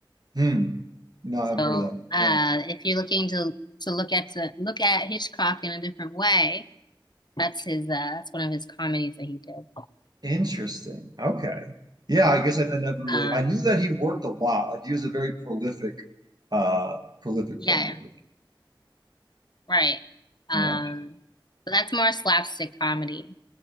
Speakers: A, on the right; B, on the left.
A: Hmm. No, I haven't
B: So,
A: heard of that one.
B: uh,
A: Yeah.
B: if you're looking to to look at to look at Hitchcock in a different way, that's his. Uh, that's one of his comedies that he did.
A: Interesting. Okay. Yeah, I guess I, I never really
B: Um,
A: I knew that he worked a lot. Like he was a very prolific, uh prolific
B: yeah,
A: filmmaker.
B: right. Um,
A: Yeah.
B: but that's more slapstick comedy.